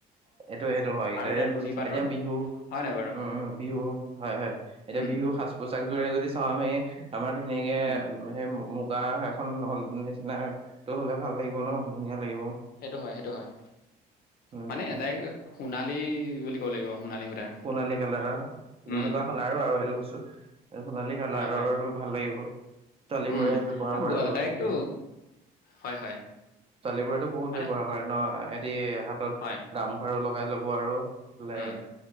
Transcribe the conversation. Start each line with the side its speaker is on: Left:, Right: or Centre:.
Right: এইটো সেইটো হয় এইটোয়ে।
Left: আৰু এটা নুনী পাটৰ,
Right: এতিয়া বিহু,
Left: হয় নাই বাৰু?
Right: উম উম বিহু হয় হয় এতিয়া
Left: উম,
Right: বিহু। সাজ পোছাক যোৰে যদি চাও আমি আমাৰ ধুনীয়াকে
Left: উম,
Right: সেই মু মুখ বা সেইখন <unintelligible> নিচিনা টো হ'লে ভাল লাগিব ন ধুনীয়া লাগিব।
Left: সেইটো হয় সেইটো হয়
Right: উম,
Left: মানে ডাইৰেক সোণালী বুলি ক'ব লাগিব সোণালী সূতাৰ।
Right: সোণালী কালাৰৰ,
Left: উম,
Right: মুগা কালাৰো আৰু সেইটো কৈছো সোণালী কালাৰৰো
Left: হয়, হয়,
Right: ভাল লাগিব। ছোৱালীবোৰে
Left: উম,
Right: ব্যৱহাৰ
Left: আ
Right: কৰেতো
Left: গ ডাইৰেক্টটো
Right: বিহু
Left: হয়, হয়,
Right: ছোৱালীবোৰেতো বহুত
Left: মানে
Right: ব্যৱহাৰ কৰে ন', এহেতি হাতত
Left: হয়।
Right: গামখাৰু লগাই ল'ব আৰু এইফালে
Left: উম,